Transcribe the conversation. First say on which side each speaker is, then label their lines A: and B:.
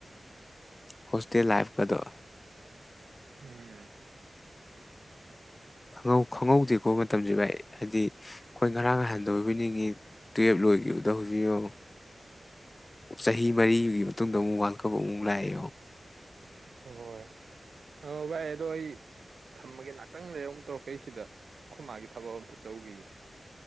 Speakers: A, on the left; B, on the right.
A: ꯍꯣꯁꯇꯦꯜ ꯂꯥꯏꯐꯀꯗꯣ
B: ꯍꯝ
A: ꯪꯍꯧ ꯈꯪꯍꯧꯗꯦꯀꯣ ꯃꯇꯝꯁꯦ ꯚꯥꯏ ꯍꯥꯏꯗꯤ ꯑꯩꯈꯣꯏ ꯉꯔꯥꯡ ꯉꯥꯏꯍꯟꯊ ꯑꯣꯏꯕꯤꯅꯤꯡꯉꯤ ꯇꯨꯌꯦꯜꯞ ꯂꯣꯏꯈꯤꯕꯗ ꯍꯧꯖꯤꯛ ꯌꯦꯡꯉ ꯆꯍꯤ ꯃꯔꯤꯒꯤ ꯃꯇꯨꯡꯗ ꯑꯃꯨꯛ ꯋꯥꯔꯜ ꯀꯞ ꯑꯃꯨꯛ ꯂꯥꯛꯑꯦ
B: ꯍꯣꯏꯣꯏ ꯑ ꯚꯥꯏ ꯑꯗꯣ ꯑꯩ ꯊꯝꯃꯒꯦ ꯉꯥꯏꯍꯥꯛꯇꯪ ꯂꯩꯔꯣꯨ ꯇꯧꯔꯛꯀꯩ ꯁꯤꯗ ꯈꯨꯃꯒꯤ ꯊꯕꯛ ꯑꯝꯇ ꯆꯧꯈꯤꯌꯦ